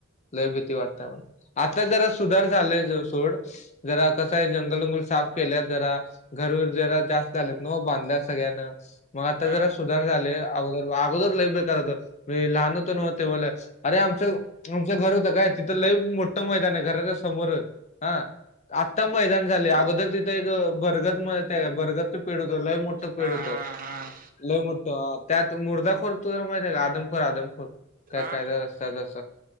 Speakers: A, on the left; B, on the right.
A: लय भीती वाटतावर आता जरा सुधार झालाय ज सोड जरा कसं आहे जंगल उंगल साफ केल्यात जरा घर जरा जास्त झालेत ना बांधल्या सगळ्यांना मग आता
B: हा
A: जरा सुधार झाले अगोदर अगोदर ल होत लहान होत नव्हते मला अरे आमचं आमचं घर होतं काय तिथं लई मोठं मैदान आहे घराच्या समोरच हा आ मैदान झाले अगोदर तिथं एक भरगत म भरगत पेड होत लय मोठं पेड
B: हा
A: होत
B: हा हा
A: लय मोठत त्यात मुर्दाखोर तुझला माहित आहे का आदमखोर आदमखोर काय
B: हा
A: कायदा रस्त जस